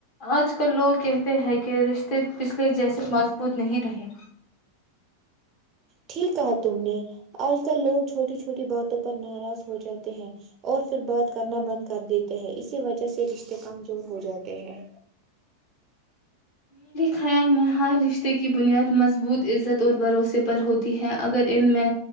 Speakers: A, on the left (about 45°); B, on the right (about 30°).
A: آج کل لوگ کہتے ہیں کہ رشتے پچھلے جیسے مضبوط نہیں رہے
B: ٹھیک کہا تم نے آج کل لوگ چھوٹی چھوٹی باتوں پر ناراض ہو جاتے ہیں اور پھر بات کرنا بند کر دیتے ہیں اسی وجہ سے رشتے کمزور ہو جاتے ہیں
A: خیام میں ہر رشتے کی بنیاد مضبوط عزت اور بھروسے پر ہوتی ہے اگر ان میں